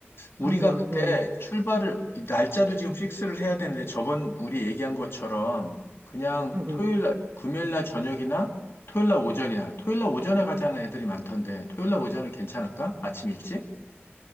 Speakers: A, on the left; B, on the right.
A: 우리가
B: 음,
A: 그때
B: 음,
A: 출발을, 이 날짜도 지금 픽스를 해야 되는데, 저번 우리 얘기한 것처럼, 그냥
B: 음,
A: 토요일
B: 음.
A: 날, 금요일 날 저녁이나 토요일 날 오전이야. 토요일 날 오전에 가자는 애들이 많던데, 토요일 날 오전은 괜찮을까? 아침 일찍?